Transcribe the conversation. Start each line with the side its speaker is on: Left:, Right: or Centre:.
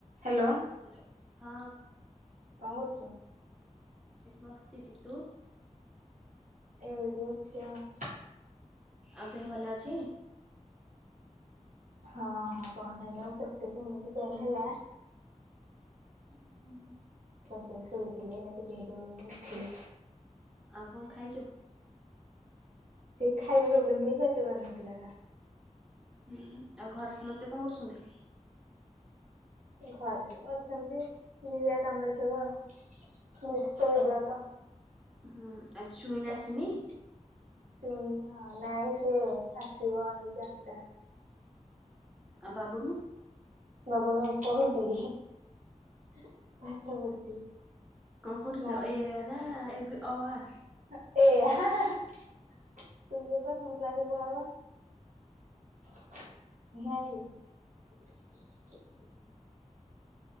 Right: ହ୍ୟାଲୋ।
Centre: ହାଲୋ ହଁ।
Right: କଣ କରୁଛ?
Centre: ଏ ବସିଛି ତୁ?
Right: ଏ ଏମିତି ଅଛି ଆଉ। <inaudible>
Centre: ଆଉ ଦେହ ଭଲ ଅଛି?
Right: ହଁ ହଁ କହନାଇ ଲୋ ପେଟ ଯୋଉ ଏମିତି ପେନ୍ ହେଲା। <inaudible>
Centre: ହୁଁ ହୁଁ।
Right: ହଁ ସେମିତି ଶୋଇଥିଲି ଏଇନା ଟିକେ ଯୋଉ ଉଠିଲି।
Centre: ଆଉ କଣ ଖାଇଛୁ?
Right: ସେ ଖାଇବା ପ୍ରୋବ୍ଲେମ ପାଇଁ ଏତେ ବେଳ ହେଇଥିଲା।
Centre: ହୁଁ ଆଉ ଘରେ ସମସ୍ତେ କଣ କରୁଛନ୍ତି?
Right: ଘରେ ସବୁ ଅଛନ୍ତି ଯିବେ କାମରେ ସବୁ ଆଉ। ବ୍ୟସ୍ତବିବ୍ରତ।
Centre: ହୁଁ ଆଉ ଚୁଇନା
Right: କୁହ
Centre: ଆସିନି
Right: ଚୁଇନା ନାଇ। <inaudible> ସେ ଆସିବ ଏ ଚାରିଟା।
Centre: ଆଉ ବାବୁନୁ?
Right: ବାବନୁ ପଢୁଛି ପାଠ ପଢୁଛି।
Centre: କଣ ପଡୁଛି?
Right: ମାର
Centre: ଏଇଆ ନା ଏବେ ଅ, ଆ
Right: ଏ ଆ ତୁ ଯେ ପା ସବୁ କ୍ଲାସରେ ପଢ଼ାବା। <inaudible> ହଁ କି